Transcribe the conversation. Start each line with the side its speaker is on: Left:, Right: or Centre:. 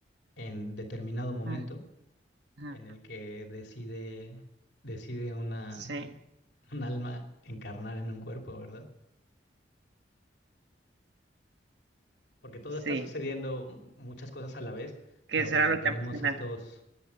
Left: en determinado momento
Right: Ujú, Ajá.
Left: en el que decide, decide una,
Right: Sí,
Left: un alma encarnar en un cuerpo, ¿verdad? Porque todo
Right: sí,
Left: está sucediendo muchas cosas a la vez,
Right: que
Left: pero
Right: será
Left: bueno,
Right: lo
Left: tenemos
Right: que han mencionado.
Left: estos,